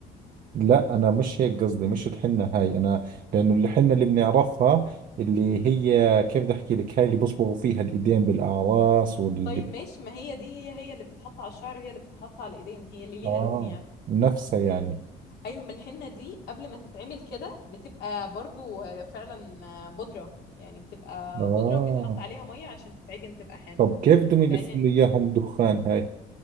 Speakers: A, on the right; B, on the left.
A: لا انا مش هيك قصدي مش الحنة هاي انا لانه الحنة اللي بنعرفها اللي هي كيف بدي احكي لك هاي اللي بصبغوا فيها الايدين بالاعراس واللي
B: طيب ماشي ما هي دي هي هي اللي بتتحط على الشعر وهي اللي بتتحط على الايدين هي اللي ليها
A: اه
B: لون يعني
A: نفسها يعني
B: ايوه ما الحنه دي قبل ما تتعمل كده بتبقى برضو فعلا بودره يعني بتبقى
A: اه
B: بودره وبيتحط عليها ميه عشان تتعجن تبقى حنه
A: طب كيف بدهم يلفوا
B: فاهم
A: لي اياهم دخان هاي